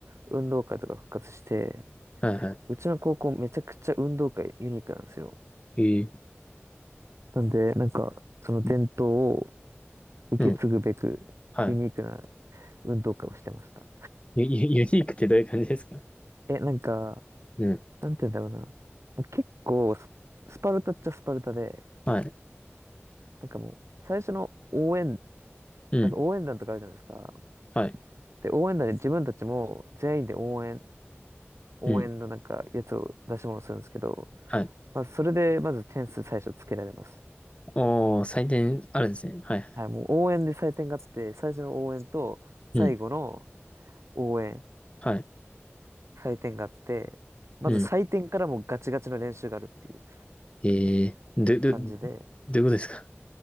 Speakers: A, on the right; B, on the left.
A: 運動会とか復活して、
B: はいは
A: うちの高校めちゃくちゃ運動会ユニークなんですよ。
B: い。ええ
A: なんで、なんか、その伝統を
B: ー、
A: 受け継ぐべく、
B: うん。はい。
A: ユニークな運動会をしてました。
B: ユ、ユユニークってどういう感じですか
A: え、なんか、
B: うん。
A: なんて言うんだろうな。結構ス、スパルタっちゃスパルタで、
B: はい。
A: なんかもう、最初の応援、
B: うん。
A: なんか応援団とかあるじゃないですか。
B: はい。
A: で、応援団で自分たちも全員で応援応援のなんかやつを出し物するんですけど、
B: うん。はい。
A: まあ、それでまず点数最初つけられます。
B: おー、採点あるんですね。はい。
A: はい、もう応援で採点があって、最初の応援と最後の
B: うん。
A: 応援、
B: はい。
A: 採点があって、まず採点からもうガチガチの練習があるっていう
B: うん。えー、ど、ど、
A: 感じで、
B: どういうことですか